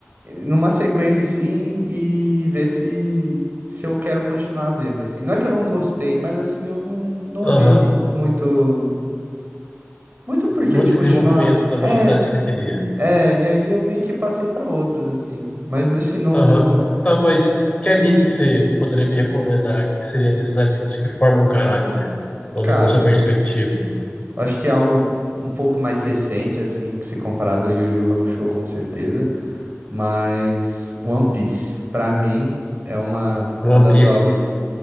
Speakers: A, on the right; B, on the left.
A: numa sequência assim e ver se se eu quero continuar vendo assim. Não é que eu não gostei, mas assim eu não, não
B: aham.
A: vi muito muito porquê
B: Muito
A: de continuar.
B: desenvolvimento na
A: É,
B: velocidade que você queria.
A: é, e aí eu meio que passei pra outros assim, mas assim não
B: Aham.
A: não,
B: Tá, mas que anime que você poderia me recomendar que seria desses animes que formam um caráter? Pelo
A: cara,
B: menos na sua perspectiva.
A: eu acho que é algo um pouco mais recente assim, que se comparado ao Yu Yu Hakusho com certeza, mas One Piece pra mim é uma
B: One
A: uma das
B: Piece,
A: obras,